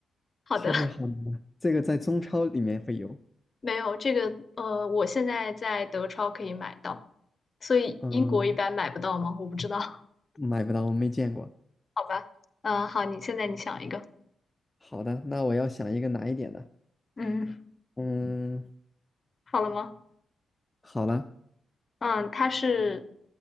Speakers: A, on the left (about 40°); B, on the left (about 15°).
A: 好的，
B: 确实好难啊。这个在中超里面会有，
A: <laughs> 没有这个，呃，我现在在德超可以买到，所以英国一般买不到吗？
B: 嗯，
A: 我不知道，<laughs>
B: 买不到，我没见过。
A: 好吧，嗯、好，你现在你想一个，
B: 好的，那我要想一个难一点的。
A: 嗯，
B: 嗯，
A: 好了吗？
B: 好了，
A: 嗯，它是